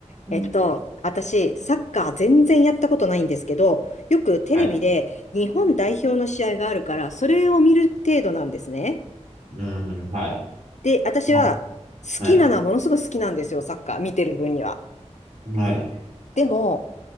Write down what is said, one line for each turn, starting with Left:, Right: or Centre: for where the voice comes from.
Right: は
Left: えっと、私、サッカー全然やったことないんですけど、よくテレビで日本代表の試合があるから、
Right: い。
Left: それを見る程度なんですね。
Right: うん、はい。
Left: で、私は好きなのはものすごく好きなんですよ、
Right: まあはい。
Left: サッカー見てる分には。
Right: はい。
Left: でも、